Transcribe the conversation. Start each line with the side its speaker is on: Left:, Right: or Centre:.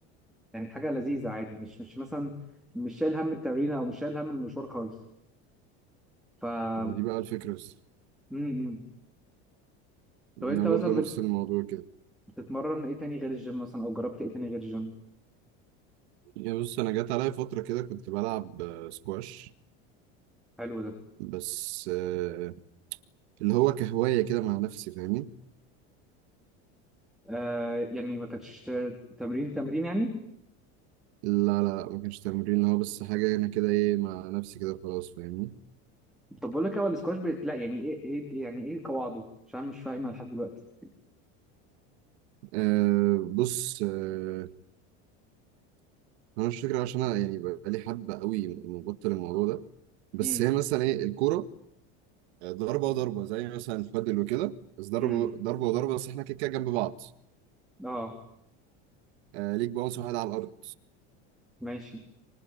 Centre: يعني حاجه لذيذه عادي مش مش مثلا مش شايل هم التمرين او مش شايل هم المشوار خالص ف م-
Right: ما هو دي بقى الفكرة بس
Centre: م.
Right: يعني
Centre: طب انت مثلا
Right: برضه نفس الموضوع كده
Centre: بتتمرن ايه تاني غير الجيم مثلا او جربت ايه تاني غير الجيم
Right: يعني بص أنا جات عليا فترة كده كنت بلعب آه، سكواش
Centre: حلو ده
Right: بس آه، اللي هو كهواية كده مع نفسي فاهمين
Centre: آه يعني ما كانتش تمرين تمرين يعني
Right: لا لا ما كانش تمرين هو بس حاجة أنا كده إيه مع نفسي كده خلاص فاهمني
Centre: طب بقول لك إيه، هو السكواش بيت لا يعني ايه ايه إيه- يعني ايه قواعده عشان أنا مش فاهمها لحد دلوقتي
Right: آه بص آه انا مش فاكر عشان انا يعني بقالي حبه قوي مبطل الموضوع ده بس
Centre: امم
Right: هي مثلا ايه الكوره ضربه وضربه زي مثلا البادل وكده بس ضربه
Centre: امم
Right: ضربه وضربه بس احنا كده كده جنب بعض
Centre: اه
Right: آه ليك باونس واحد على الارض
Centre: ماشي